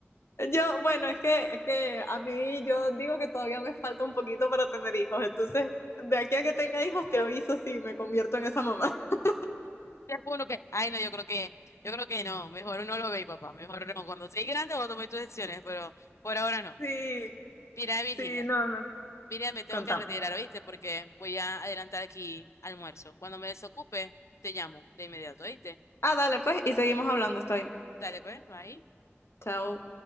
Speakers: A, on the left (about 60°); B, on the left (about 80°).
A: yo, bueno, es que, es que a mí yo digo que todavía me falta un poquito para tener hijos. Entonces, de aquí a que tenga hijos, te aviso si me convierto en esa mamá. <laughs>
B: Te juro que, ay no, yo creo que, yo creo que no, mejor no lo veis, papá, mejor no. Cuando seas grande vos tomé tus decisiones, pero por ahora no.
A: Sí,
B: Mira, Virginia,
A: sí, no, no.
B: mira, me tengo
A: Contamos.
B: que retirar, ¿oíste? Porque voy a adelantar aquí almuerzo. Cuando me desocupe, te llamo de inmediato, ¿oíste?
A: Ah, dale, pues, y seguimos hablando, está bien.
B: Dale, pues, ahí.
A: Chao.